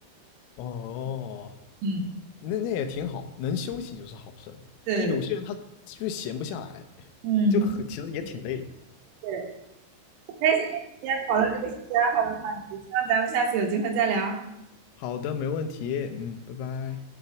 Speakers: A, on the left; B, on the right.
A: 哦，
B: <laughs> 嗯，
A: 那那也挺好，能休息就是好事。
B: 对的，
A: 这有些人他就是闲不下来，
B: 嗯。
A: 就很，其实也挺累。
B: 对。很开心跟你今天讨论这个兴趣爱好的话题，希望咱们下次有机会再聊。
A: 好的，没问题。嗯，拜拜。